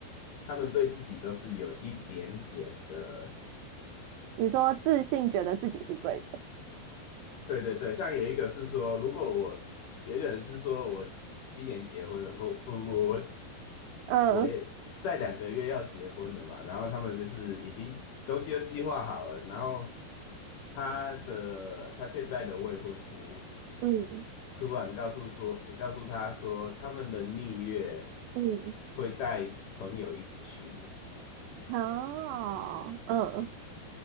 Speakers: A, on the left (about 70°); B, on the right (about 80°).
A: 他们对自己都是有一点点的，
B: 你说自信觉得自己是对的，
A: 对对对，像有一个是说，如果我有一个人是说我今年结婚了，不不不，我
B: 嗯
A: 我也在两个月要结婚了嘛，然后他们就是已经东西都计划好了，然后他的他现在的未婚夫
B: 嗯
A: 突然告诉说，告诉他说他们的蜜月
B: 嗯。
A: 会带朋友一起去，
B: 哦，嗯